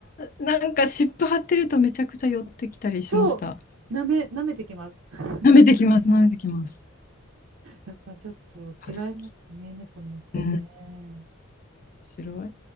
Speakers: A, on the left (about 40°); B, on the right (about 75°).
A: ー、なんか湿布貼ってるとめちゃくちゃ寄ってきたりしました。
B: そう、舐め、舐めてきます。<laughs>
A: 舐めてきます、舐めてきます。
B: やっぱちょっと違いますね、
A: あ好き
B: 猫によってね。
A: うん面白い。